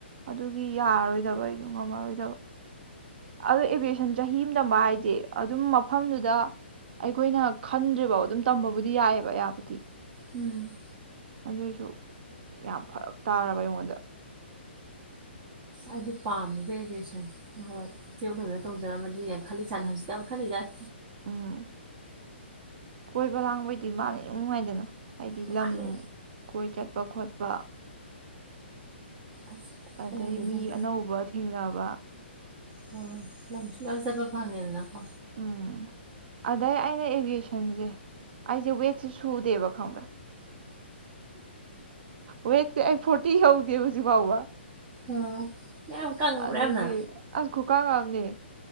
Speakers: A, on the right; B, on the right.
A: ꯑꯗꯨꯒꯤ ꯌꯥꯔꯔꯣꯏꯗꯕ ꯑꯩꯗꯣ ꯉꯝꯃꯔꯣꯏꯗꯕ ꯑꯗꯣ ꯑꯦꯚꯌꯦꯁꯟ ꯆꯍꯤ ꯑꯃ ꯇꯝꯕ ꯍꯥꯏꯗꯤꯦ ꯑꯗꯨꯝ ꯃꯐꯝꯗꯨꯗ ꯑꯩꯈꯣꯏꯅ ꯈꯟꯗ꯭ꯔꯤꯐꯧ ꯑꯗꯨꯝ ꯇꯝꯕꯕꯨꯗꯤ ꯌꯥꯏꯑꯕ ꯑꯌꯥꯕꯨꯗꯤ
B: ꯎꯝ
A: ꯑꯗꯨꯏꯁꯨ ꯌꯥꯝ ꯐꯔꯛ ꯇꯥꯔꯕ ꯑꯩꯉꯣꯟꯗ
B: ꯍꯥꯏꯗꯤ ꯄꯥꯝꯃꯤꯕ ꯑꯦꯚꯁꯟꯁꯦ ꯅꯍꯥꯟꯋꯥꯏ ꯑꯦꯛꯅꯅ ꯇꯧꯖꯔꯝꯃꯗꯤ ꯌꯥꯝꯅ ꯈꯠꯜꯂꯤ ꯁ ꯁꯥꯥꯟꯅ ꯍꯧꯖꯤꯛꯇ ꯌꯥꯝ ꯈꯜꯂꯤꯖꯠ
A: ꯎꯝ ꯀꯣꯏꯕ ꯂꯥꯡꯕꯩꯗꯤ ꯃꯥꯅꯤ ꯅꯨꯡꯉꯥꯏꯗꯅ ꯍꯥꯏꯗꯤ
B: ꯃꯥꯟꯅꯦ
A: ꯂꯝ ꯀꯣꯏ ꯆꯠ ꯆꯠꯄ ꯈꯣꯠꯄ
B: ꯑꯁ
A: ꯑꯗꯩ
B: ꯑꯩ ꯍꯧꯖꯤꯛ
A: ꯃꯤ
B: ꯁꯨꯝ
A: ꯑꯅꯧꯕ ꯊꯦꯡꯅꯕ
B: ꯍꯣꯏ ꯂꯝꯁꯨ ꯃꯌꯥꯝ ꯆꯠꯄ ꯐꯪꯉꯦꯗꯅꯀꯣ
A: ꯎꯝ ꯑꯗꯩ ꯑꯩꯅ ꯑꯦꯚꯌꯦꯁꯟꯁꯦ ꯑꯩꯖꯦ ꯑꯣꯏꯋꯁꯦ ꯁꯨꯗꯦꯕ ꯈꯪ ꯑꯕꯔ ꯋꯦꯠ ꯐꯣꯔꯇꯤ ꯍꯧꯗꯦ ꯍꯧꯖꯤꯛꯐꯥꯎꯕ
B: ꯑꯣ ꯃꯌꯥꯝ ꯀꯪꯉꯕ꯭ꯔꯥ
A: ꯑꯗꯨꯒꯤ
B: ꯌꯥꯝꯅ
A: ꯈꯨꯀꯥꯡꯑꯝꯅꯦ